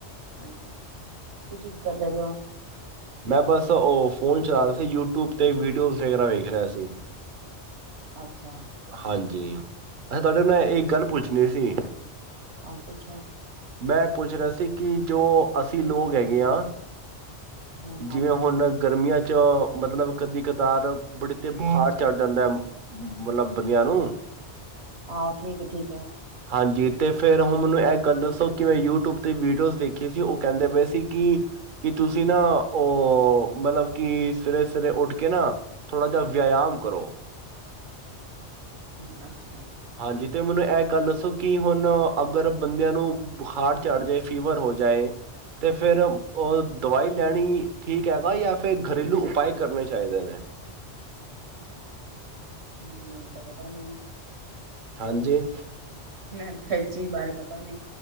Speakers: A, on the right (about 70°); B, on the right (about 50°).
A: ਹਾਂਜੀ ਤੁਸੀਂ ਕੀ ਕਰਦੇ ਕਿ
B: ਮੈਂ ਬਸ ਉਹ ਫੋਨ ਚਲਾ ਰਿਹਾ ਸੀ ਯੂਟਿਊਬ ਤੇ ਵੀਡੀਓਜ਼ ਵਗੈਰਾ ਵੇਖ ਰਿਹਾ ਸੀ
A: ਅੱਛਾ
B: ਹਾਂਜੀ ਅੱਛਾ ਤੁਹਾਡੇ ਕੋਲੋਂ ਮੈਂ ਇੱਕ ਗੱਲ ਪੁੱਛਣੀ ਸੀ
A: ਹਹ ਪੁੱਛੋ
B: ਮੈਂ ਪੁੱਛ ਰਿਹਾ ਸੀ ਕਿ ਜੋ ਅਸੀਂ ਲੋਕ ਹੈਗੇ ਹਾਂ
A: ਹਾਂ ਹਾਂਜੀ
B: ਜਿਵੇਂ ਹੁਣ ਗਰਮੀਆਂ ਮਤਲਬ ਕਦੀ ਕਤਾਰ ਬੜਤੇ ਬੁਖਾਰ ਚੜ੍ਹ ਜਾਂਦਾ ਹੈ ਮਤਲਬ ਬੰਦਿਆਂ ਨੂੰ
A: ਆਹੋ ਠੀਕ ਠੀਕ ਆ
B: ਹਾਂਜੀ ਅਤੇ ਫਿਰ ਹੁਣ ਮੈਨੂੰ ਇਹ ਗੱਲ ਦੱਸੋ ਕਿ ਮੈਂ ਯੂਟਿਊਬ 'ਤੇ ਵੀਡੀਓਜ਼ ਦੇਖੀ ਸੀ ਉਹ ਕਹਿੰਦੇ ਪਏ ਸੀ ਕਿ ਕੀ ਤੁਸੀਂ ਨਾ ਉਹ ਮਤਲਬ ਕਿ ਸਵੇਰਰੇ ਸਵੇਰਰੇ ਉੱਠ ਕੇ ਨਾ ਥੋੜ੍ਹਾ ਜਿਹਾ ਵਿਆਇਮ ਕਰੋ
A: ਹੂੰ ਅੱਛਾ
B: ਹਾਂਜੀ ਤੇ ਮੈਨੂੰ ਐ ਗੱਲ ਦੱਸੋ ਕਿ ਹੁਣ ਅਗਰ ਬੰਦਿਆਂ ਨੂੰ ਬੁਖਾਰ ਚੜ ਜਾਏ ਫੀਵਰ ਹੋ ਜਾਏ ਤੇ ਫੇਿਰ ਉਹ ਦਵਾਈ ਲੈਣੀ ਠੀਕ ਹੈਗਾ ਜਾਂ ਫਿਰ ਘਰੇਲੂ ਉਪਾਏ ਕਰਨੇ ਚਾਹੀਦੇ ਨੇ
A: ਹਮ ਮਨ ਤਾਂ ਪਤਾ ਨਹੀਂੀ
B: ਹਾਂਜੀ
A: ਮੈ ਤਾਂ ਚੀਜ਼ ਬਾਰੇ ਪਤਾ ਨੀ